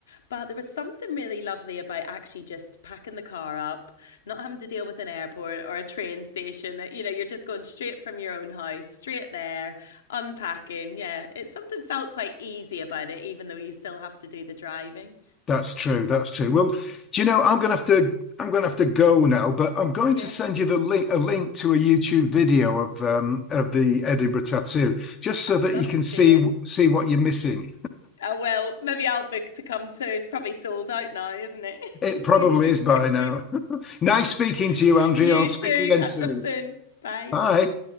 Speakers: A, on the left; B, on the left.
A: but there was something really lovely about actually just packing the car up not having to deal with an airport or a train station you know you're just going straight from your own house straight there unpacking yeah it's something felt quite easy about it even though you still have to do the driving
B: that's true. That's true. Well, do you know, I'm gonna have to I'm gonna have to go now, but I'm going
A: yeah
B: to send you the link a link to a YouTube video of um of the Edinburgh tattoo, just so
A: i'd
B: that
A: love
B: you can
A: to
B: see
A: see it
B: see what you're missing.
A: I will. Maybe I'll book to come too. It's probably sold out now, isn't it?
B: It probably is by now. <laughs> nice speaking to you,
A: <laughs>
B: Andrea.
A: you
B: I'll speak
A: too.
B: again
A: Catch
B: soon.
A: up soon. Bye.
B: Bye.